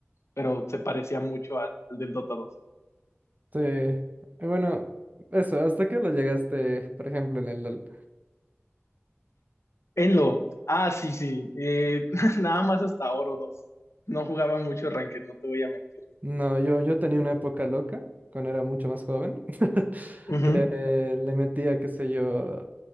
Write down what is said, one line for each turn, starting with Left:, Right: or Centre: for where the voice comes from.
Left: pero se parecía mucho a- al del Dota dos
Right: Te- eh, bueno, eso, ¿hasta qué lo llegaste, por ejemplo, en el LoL?
Left: Enlo, ah, sí, sí, eh, <laughs> nada más hasta Oro dos No jugaba mucho Ranked, no te voy a mentir.
Right: No, yo, yo tenía una época loca cuando era mucho más joven, <laughs>
Left: Ujú,
Right: que le metía, qué sé yo,